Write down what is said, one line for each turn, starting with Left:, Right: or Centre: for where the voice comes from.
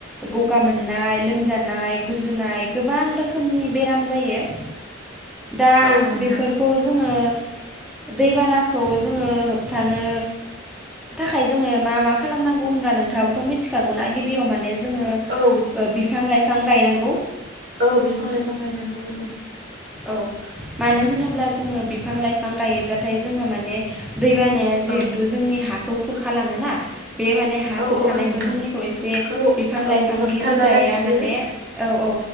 Centre: गगा मोननाय, लोमजानाय, गुजुना नाय गोबां रोखोमनि बेराम जायो। दा
Right: औ नोंथां
Centre: बेफोरखौ जोङो दैबानाखौ जोङो होबथानो थाखाय जोङो मा मा खालामनांगौ होनब्ला नोंथाङाबोथ' मिथिखागौ ना गिबियाव माने जोङो
Right: औ
Centre: ओ बिफां लाइ फां गायनांगौ।
Right: औ बिफां लाइफां गायनांगौ ओंम।
Centre: औ मानो होनोब्ला जोङो बिफां लाइफां गायोब्लाथाय जोङो माने दैबानाया जिहेथु
Right: औ
Centre: जोंनि हाखौ खुरखालाङो ना बे माने हा
Right: औ
Centre: खुरखानायखौ
Right: औ नोंथां
Centre: जोंनिखौ एसे
Right: खौ
Centre: बिफां लाइफांनि
Right: औ होबथाना
Centre: रोदाया
Right: लाखियो
Centre: माने औ औ